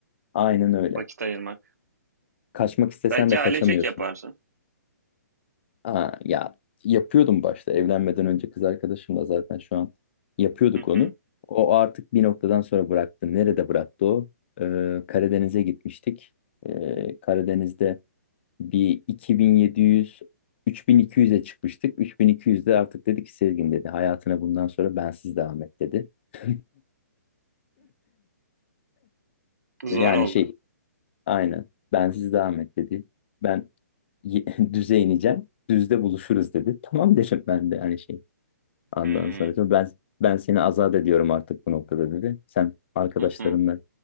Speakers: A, on the left (about 40°); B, on the right (about 65°).
A: aynen öyle.
B: Vakit ayırmak.
A: Kaçmak istesen
B: Belki
A: de kaçamıyorsun.
B: ailecek yaparsın.
A: Aa, ya yapıyordum başta evlenmeden önce kız arkadaşımla zaten şu an yapıyorduk
B: Hı
A: onu.
B: hı.
A: O artık bir noktadan sonra bıraktı. Nerede bıraktı o? Ee, Karadeniz'e gitmiştik. Ee, Karadeniz'de bir 2700 3200'e çıkmıştık. 3200'de artık dedi ki Sezgin dedi hayatına bundan sonra bensiz devam et dedi. <laughs>
B: Zor
A: Yani
B: oldu.
A: şey aynen bensiz devam et dedi. Ben y- <laughs> düze ineceğim. Düzde buluşuruz dedi. Tamam dedim ben de hani şey. Ondan
B: Hmm.
A: sonra diyor, ben ben seni azat ediyorum artık bu noktada dedi. Sen arkadaşlarınla
B: Hı hı.